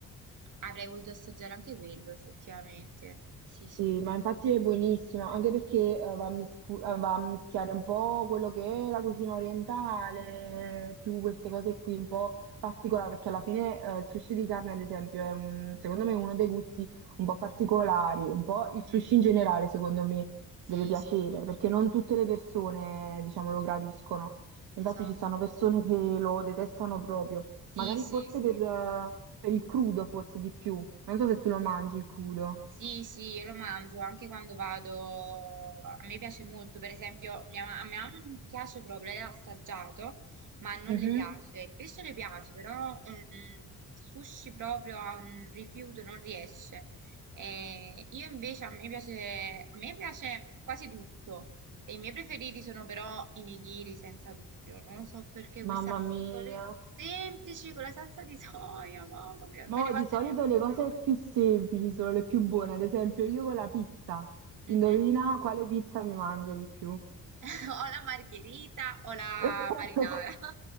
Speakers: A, on the right (about 55°); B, on the right (about 85°).
A: avrei voluto assaggiare anche quello, effettivamente. Sì, sì.
B: Sì, ma infatti è buonissima, anche perché eh, va a, miscu- eh, va a mischiare un po' quello che è la cucina orientale, più queste cose qui un po' particolari, perché alla fine eh, il sushi di carne, ad esempio, è un- secondo me uno dei gusti un po' particolari, un po' il
A: Mm.
B: sushi in generale, secondo me,
A: Sì,
B: deve piacere,
A: sì.
B: perché non
A: Vero.
B: tutte le persone, diciamo, lo gradiscono. Infatti
A: Esatto.
B: ci stanno persone che lo detestano proprio,
A: Sì,
B: magari
A: sì,
B: forse
A: sì.
B: per, eh, per il crudo, forse di più. Non so se tu lo mangi il crudo.
A: Sì, sì, io lo mangio anche quando vado. A me piace molto, per esempio, mia ma- a mia mamma non piace proprio, lei l'ha assaggiato, ma non
B: Mhm.
A: le piace. Il pesce le piace, però mm, mm, il sushi proprio ha un rifiuto, non riesce. E io invece a me piace, a me piace quasi tutto. E i miei preferiti sono però i nigiri, senza dubbio. Non lo so perché quel
B: Mamma
A: salmone
B: mia.
A: con le- semplice, con la salsa di soia, mamma mia,
B: Ma
A: me ne mangerei
B: di solito
A: a quintali.
B: le cose più semplici sono le più buone. Ad esempio, io con la pizza.
A: Mhm.
B: Indovina quale pizza mi mangio di più.
A: <laughs> O la margherita o la
B: <laughs> Ecco
A: marinara.
B: qua.
A: <laughs>